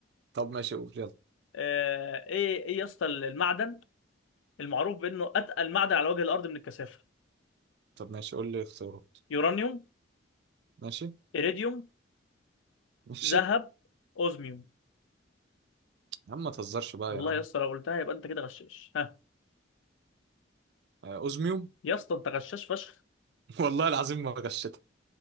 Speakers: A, on the right (about 55°); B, on the left (about 80°).
A: طب ماشي قول يلا
B: آه، ايه ايه يا اسطى المعدن المعروف بانه اتقل معدن على وجه الارض من الكثافه
A: طب ماشي قول لي اختيارات
B: يورانيوم
A: ماشي
B: ايريديوم
A: ماشي
B: ذهب اوزميوم
A: يا عم ما تهزرش بقى
B: والله
A: يا عم
B: يا اسطى لو قلتها يبقى انت كده غشاش ها
A: آه، اوزميوم
B: يا اسطى انت غشاش فشخ
A: <laughs> والله العظيم ما غشيتها